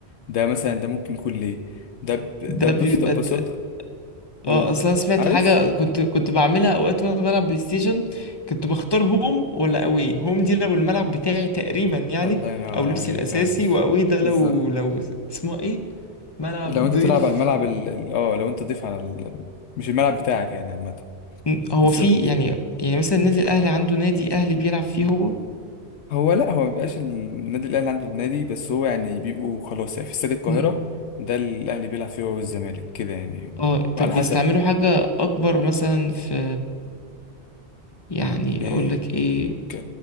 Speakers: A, on the left; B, on the left.
A: ده مثلا ده ممكن يكون ليه ده ب... ده
B: ده
A: بص
B: بيبقى
A: ده ببساطه
B: ت-
A: قول
B: اه اصل انا سمعت
A: عارف
B: حاجه كنت كنت بعملها اوقات وانا بلعب بلاي ستيشن كنت بختار هوم ولا اوي هوم دي لو الملعب بتاعي تقريبا يعني
A: الله ينور
B: او لبسي
A: عليك
B: الاساسي
A: اه
B: واوي ده لو
A: بالظبط
B: لو اسمه ايه ملعب
A: لو انت
B: ضيف
A: تلعب على الملعب ال... ال- اه لو انت تضيف على ال... مش الملعب بتاعك يعني عامة
B: م، هو
A: بالظبط
B: في يعني يعني مثلا النادي الاهلي عنده نادي اهلي بيلعب فيه هو
A: هو لا هو ما بيبقاش النادي الاهلي عنده النادي بس هو يعني بيبقوا خلاص يعني في استاد القاهرة
B: م.
A: ده الاهلي بيلعب فيه هو والزمالك كده يعني
B: اه
A: وعلى
B: طب
A: حسب
B: بيستعملوا
A: بقى
B: حاجه اكبر مثلا في يعني
A: ايه
B: اقول لك ايه
A: ك